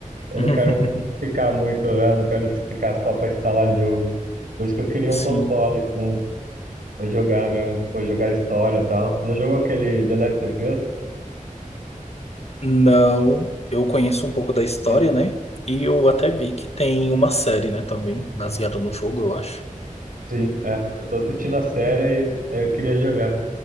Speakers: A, on the right; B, on the left.
A: eu
B: <laughs>
A: não quero ficar muito, é, não quero ficar só pra instalar jogo. Por isso que eu queria um console,
B: Sim.
A: um Vou jogar mesmo, vou jogar história e tal. Já jogou aquele The Last of Us?
B: Não, eu conheço um pouco da história,
A: Ah,
B: né? E eu até vi que tem uma série, né, também, baseada no jogo, eu acho.
A: sim, é. Tô assistindo a série e aí eu queria jogar.